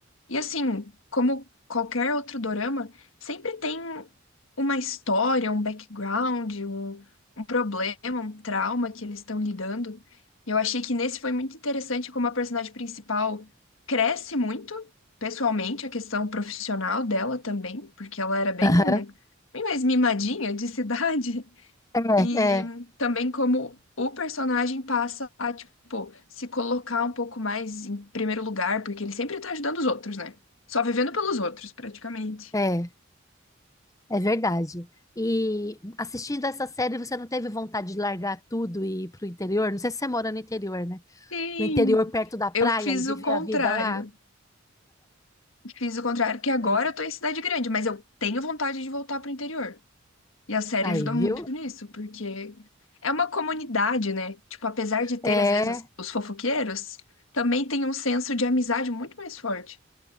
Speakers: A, on the left; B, on the left.
A: e assim, como qualquer outro dorama, sempre tem uma história, um background, um, um problema, um trauma que eles estão lidando. Eu achei que nesse foi muito interessante como a personagem principal cresce muito, pessoalmente, a questão profissional dela também, porque ela era bem,
B: Aham.
A: bem mais mimadinha de <laughs> cidade.
B: É,
A: E
B: é,
A: também como o personagem passa a, tipo, se colocar um pouco mais em primeiro lugar, porque ele sempre tá ajudando os outros, né? Só vivendo pelos outros, praticamente.
B: é, é. É verdade. E assistindo essa série, você não teve vontade de largar tudo e ir pro interior? Não sei se você mora no interior, né?
A: Sim.
B: No interior, perto da praia
A: Eu fiz
B: e viver
A: o contrário.
B: a vida lá?
A: Fiz o contrário, que agora
B: É.
A: eu tô em cidade grande, mas eu tenho vontade de voltar pro interior. E a série
B: Aí,
A: ajuda
B: viu?
A: muito nisso, porque é uma comunidade, né? Tipo, apesar de ter,
B: É,
A: às vezes, as- os fofoqueiros, também tem um senso de amizade muito mais forte.